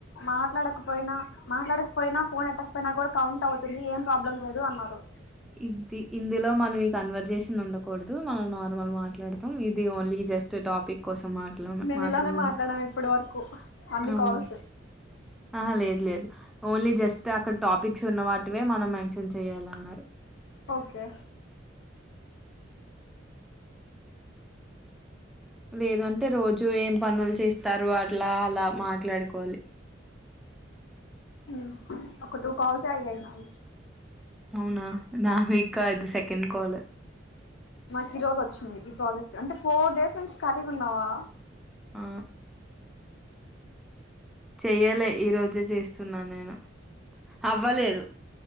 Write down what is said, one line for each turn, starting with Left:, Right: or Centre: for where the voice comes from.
Left: మాట్లాడకపోయినా మాట్లాడకపోయినా ఫోన్ ఎత్తకపోయినా కూడా కౌంట్ అవుతుంది ఏం ప్రాబ్లం లేదు అన్నారు
Centre: ఇది ఇందులో మనం ఈ కన్వర్జేషన్ ఉండకూడదు మనం నార్మల్ మాట్లాడతాం ఇది ఓన్లీ జస్ట్ టాపిక్ కోసం మాట
Left: మేము
Centre: మాత్రమేన
Left: ఇలానే మాట్లాడాం ఇప్పటి వరకు అన్ని
Centre: అవునా
Left: కాల్స్
Centre: ఆహా లేదు లేదు ఓన్లీ జస్ట్ అక్కడ టాపిక్స్ ఉన్న వాటివే మనం మెన్షన్ చెయాలన్నారు
Left: ఓకే
Centre: లేదుంటే రోజు ఏం పనులు చేస్తారు అట్లా అలా మాట్లాడుకోవాలి
Left: ఉ ఒక టూ కాల్స్ అయయి మావి
Centre: అవునా నావీకా ఇది సెకండ్ కాల్
Left: నాకు ఈ రోజు వచ్చింది ఈ ప్రాజెక్ట్ అంటే ఫోర్ డేస్ నుంచి కాలిగా ఉన్నావా
Centre: ఆ చెయ్యాలి ఈ రోజే చేస్తున్నాను నేను అవ్వలేదు